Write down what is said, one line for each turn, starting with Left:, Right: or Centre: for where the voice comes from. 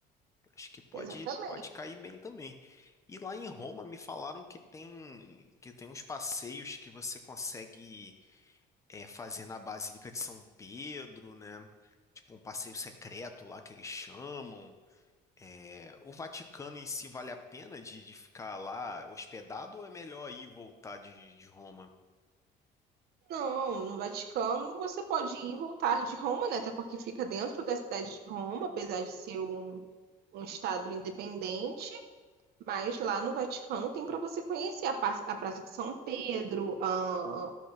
Left: Acho que pode,
Right: exatamente.
Left: pode cair bem também. E lá em Roma me falaram que tem que tem uns passeios que você consegue é, fazer na Basílica de São Pedro, né? Tipo um passeio secreto lá que eles chamam. É, o Vaticano em si vale a pena de, de ficar lá hospedado ou é melhor ir e voltar de, de Roma?
Right: Não, no Vaticano você pode ir e voltar de Roma, né? Até porque fica dentro da cidade de Roma, apesar de ser um, um estado independente. Mas lá no Vaticano tem para você conhecer a, pa- a Praça de São Pedro, a,